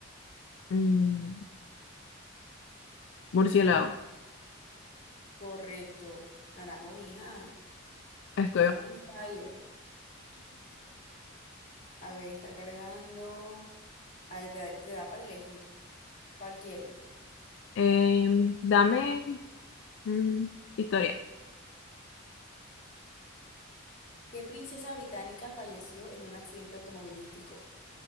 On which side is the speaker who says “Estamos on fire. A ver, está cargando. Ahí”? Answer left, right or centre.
Left